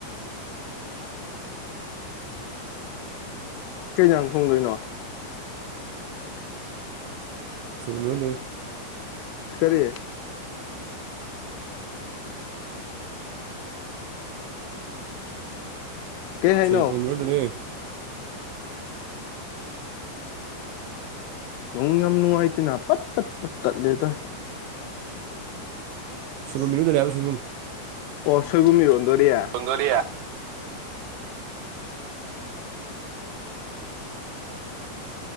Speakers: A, on the left (about 90°); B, on the right (about 80°).
A: ꯀꯩ ꯍꯤꯖꯥꯡ ꯊꯣꯡꯗꯣꯏꯅꯣ
B: <unintelligible>
A: ꯀꯔꯤ ꯀꯩ ꯍꯥꯏꯅꯣ
B: ꯁꯩ <unintelligible> <unintelligible> ꯑꯗꯨꯅꯦ
A: ꯌꯣꯡ ꯌꯥꯝ ꯅꯨꯡꯉꯥꯏꯇꯦꯅ ꯄꯠ ꯄꯠ ꯄꯠ ꯇꯠꯂꯦꯗꯥꯏ
B: ꯁꯣꯏꯕꯨꯝ ꯏꯔꯣꯟꯗꯣꯏꯅꯦ ꯍꯥꯏꯕꯥ ꯁꯣꯏꯕꯨꯝ
A: ꯑꯣ ꯁꯣꯏꯕꯨꯝ ꯏꯔꯣꯟꯗꯣꯔꯤ
B: <unintelligible>
A: ꯍꯥ
B: ꯏꯔꯣꯟꯗꯣꯔꯤꯌꯦ